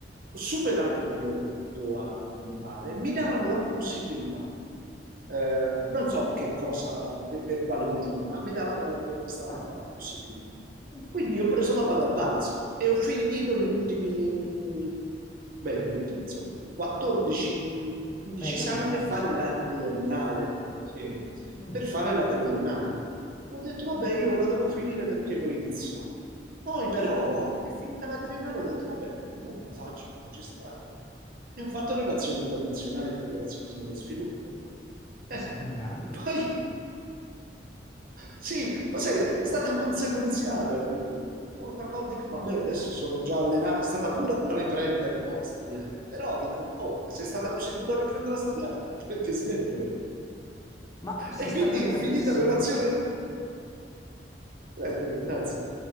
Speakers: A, on the right; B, on the left.
A: ho superati gli otto anni, mi pare, mi davano la possibilità. Eh, non so che cosa, per, per quale motivo, ma mi davano questa
B: ah,
A: possibilità.
B: va bene.
A: Quindi io ho preso la palla al balzo e ho finito gli ultimi, beh, gli ultimi, insomma, 14-15
B: Beh,
A: esami
B: a metà,
A: per fare
B: insomma.
A: la triennale.
B: Mm.
A: Sì,
B: Mhm.
A: per fare la triennale. Ho detto, vabbè, io la devo finire perché l'ho iniziata. Poi però è finita la triennale, ho detto, vabbè, non me la faccio, magistrale. E ho fatto relazioni internazionali e cooperazione allo sviluppo.
B: Beh,
A: Eh,
B: sei un grande.
A: poi sì, ma sai, è stata conseguenziale. Una cosa, dico, vabbè, adesso sono già allenato, è stata dura a riprendere, no, a studiare, però dico, oh, ma se è stata così dura a riprendere a studiare, <laughs> perché smettere?
B: Ma sei
A: E
B: stato
A: quindi
B: bravissimo.
A: finita relazione, eh, grazie,